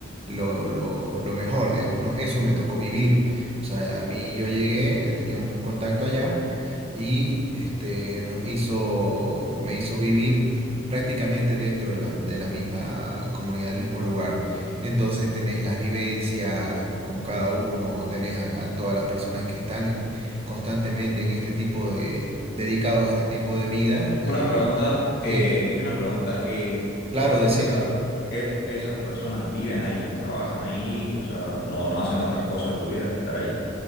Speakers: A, on the right; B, on the left.
A: lo, lo, lo mejor, digamos, ¿no? Eso me tocó vivir. O sea, a mí yo llegué, eh, teníamos un contacto allá y este, nos hizo, me hizo vivir prácticamente dentro de la, de la misma comunidad, del mismo lugar. Entonces tenés las vivencias con cada uno, tenés a, a todas las personas que están constantemente en este tipo de, dedicados a este tipo de vida, eh,
B: Una pregunta,
A: ¿sí?
B: eh, y una pregunta, eh,
A: Claro,
B: ¿todas
A: decime.
B: esas, e- esas personas viven ahí, trabajan ahí, o sea, no, no hacen otras cosas de su vida que estar ahí?